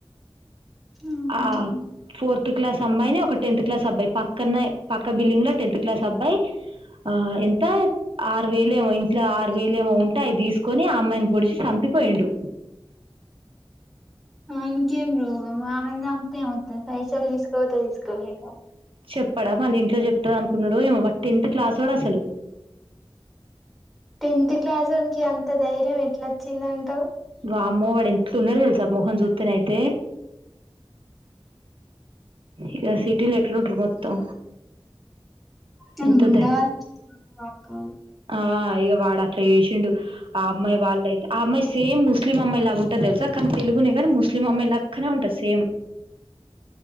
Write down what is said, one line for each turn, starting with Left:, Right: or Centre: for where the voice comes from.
Centre: ఉమ్
Right: ఆ ఫోర్త్ క్లాస్ అమ్మాయిని ఒక టెన్త్ క్లాస్ అబ్బాయి పక్కనే పక్క బిల్డింగ్ లో టెన్త్ క్లాస్ అబ్బాయి ఆ ఎంత ఆరు వేలు ఏమో ఇట్లా ఆరు వేలు ఏమో ఉంటే అవి తీసుకొని ఆ అమ్మాయిని పొడిచి చంపిపోయిండు
Centre: వానికేం రోగం ఆమెని చంపిత్తి ఎమ్ వస్తది పైసలు తీసుకొపోతే తీసుపోయుడుగాని
Right: చెప్పడా మాది ఇంట్లో చెప్తంది అనుకున్నాడు ఏమో టెన్త్ క్లాస్ వోడు అసలు
Centre: టెన్త్ క్లాసోనికి అంత ధైర్యం ఎట్లా వచ్చిందంటవు
Right: వామ్మో వాడు ఎట్ల్ ఉన్నాడో తెలుసా మొహం చుత్తేనే అయితే ఇక సిటీలో ఎట్లు ఉంటరు మొత్తం
Centre: తన
Right: ఎంత
Centre: గుండగాళ్
Right: ద
Centre: కాను
Right: ఆ ఇక వాడు అట్లా చేసిండు ఆ అమ్మాయి వాళ్ళయితే ఆ అమ్మాయి సేమ్ ముస్లిం అమ్మాయి లాగా ఉంట తెలుసా కానీ తెలుగునే కాని ముస్లిం అమ్మాయి లాక్కనే ఉంటది సేమ్